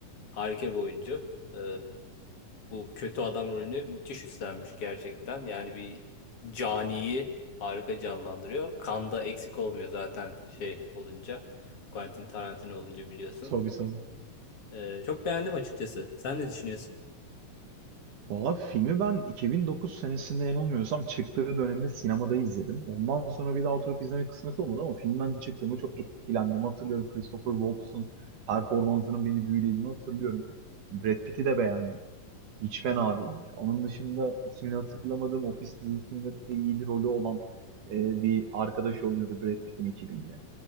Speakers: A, on the left; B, on the right.
A: harika bir oyuncu. E, bu kötü adam rolünü müthiş üstlenmiş gerçekten. Yani bir caniyi harika canlandırıyor. Kanda eksik olmuyor zaten şey olunca. Quentin Tarantino olunca biliyorsun.
B: Tabii tabii.
A: E, çok beğendim açıkçası. Sen ne düşünüyorsun?
B: Valla filmi ben 2009 senesinde yanılmıyorsam çıktığı dönemde sinemada izledim. Ondan sonra bir daha oturup izlemek kısmet olmadı ama filmden çıktığımı çok etkilendiğimi hatırlıyorum. Christopher Waltz'ın performansının beni büyülediğini hatırlıyorum. Brad Pitt'i de beğendim. Hiç fena değildi. Onun dışında ismini hatırlamadığım Office dizisinde de iyi bir rolü olan e, bir arkadaş oynuyordu Brad Pitt'in ekibinde.